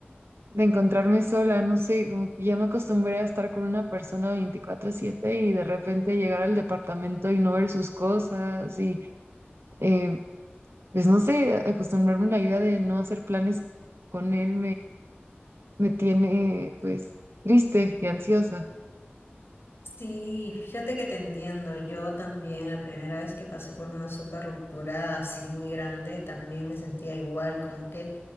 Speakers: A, on the right; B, on the left.
A: de encontrarme sola, no sé, como que ya me acostumbré a estar con una persona 24/7 y de repente llegar al departamento y no ver sus cosas y em, pues no sé, acostumbrarme a la idea de no hacer planes con él me tiene pues triste y ansiosa.
B: Sí, fíjate que te entiendo. Yo también, la primera vez que pasé por una super ruptura así muy grande, también me sentía igual, como que